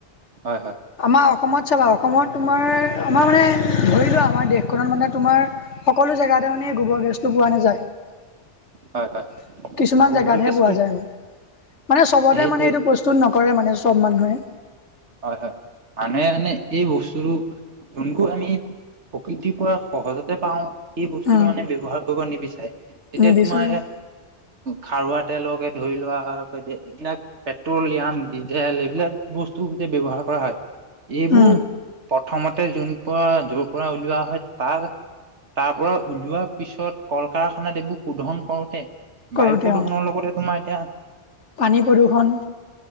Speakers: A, on the right; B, on the left.
A: হয় হয়
B: আমাৰ অসমত চাবা অসমত তোমাৰ আমাৰ মানে ধৰি লোৱা আমাৰ দেশখনত মানে তোমাৰ সকলো জেগাতে মানে গোবৰ গেছটো পোৱা নাযায়।
A: হয় হয়
B: কিছুমান
A: গোবৰ
B: জেগাতহে
A: গেছটো
B: পোৱা যায় মানে, মানে চবতে
A: সেইটোৱে
B: মানে এইটো প্ৰস্তুত নকৰে মানে চব মানুহে,
A: হয় হয় মানুহে মানে এই বস্তুটো যোনবোৰ আমি, প্ৰকৃতিৰ পৰা সহজতে পাওঁ সেই বস্তুবোৰ
B: উম
A: মানে ব্যৱহাৰ কৰিব নিবিচাৰে এতিয়া
B: নিবিচাৰে
A: তোমাৰ
B: অ',
A: খাৰুৱা তেলকে ধৰি লোৱা হয় এইবিলাক পেট্ৰলিয়াম ডিজেল এইবিলাক বস্তু তে ব্যৱহাৰ কৰা হয় এইবোৰ
B: উম
A: প্ৰথমতে যোন পৰা যৰ পৰা উলিওৱা হয় তাৰ তাৰ পৰা উলিওৱাৰ পিছত কল কাৰখানাত এইবোৰ শোধন কৰোতে
B: কৰোতে
A: বায়ু প্ৰদূষণৰ
B: অ
A: লগতে তোমাৰ এতিয়া
B: পানী প্ৰদূষণ